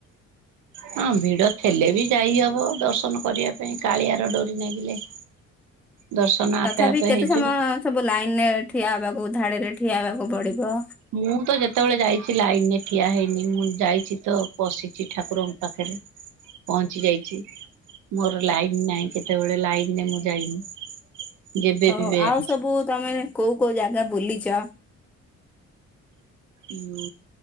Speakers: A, on the right (about 80°); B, in the centre.
A: ହଁ ଭିଡ ଥିଲେ ବି ଯାଇ ହବ ଦର୍ଶନ କରିବା ପାଇଁ କାଳିଆର ଡୋରି ନାଗିଲେ।
B: <inaudible>
A: ଦର୍ଶନ
B: ତଥାପି
A: ଆପେ ଆପେ
B: କେତେ
A: ହେଇଯିବ।
B: ସମୟ ସବୁ ଲାଇନରେ ଠିଆ ହେବାକୁ ଧାଡିରେ ଠିଆ ହେବାକୁ ପଡିବ?
A: ମୁଁ ତ ଯେତେବେଳେ ଯାଇଚି ଲାଇନ ରେ ଠିଆ ହେଇନି ମୁଁ ଯାଇଚି ତ ପଶିଚି ଠାକୁରଙ୍କୁ ପାଖରେ ପହଞ୍ଚି ଯାଇଚି। ମୋର ଲାଇନ୍ ନାହିଁ କେତେବେଳେ ଲାଇନ୍ ରେ ମୁଁ ଯାଇନି। ଯେବେ
B: ଓହୋ।
A: ବି ଯାଇଛି।
B: ଆଉ ସବୁ ତମେ କୋଉ କୋଉ ଜାଗା ବୁଲିଚ?
A: ବୁ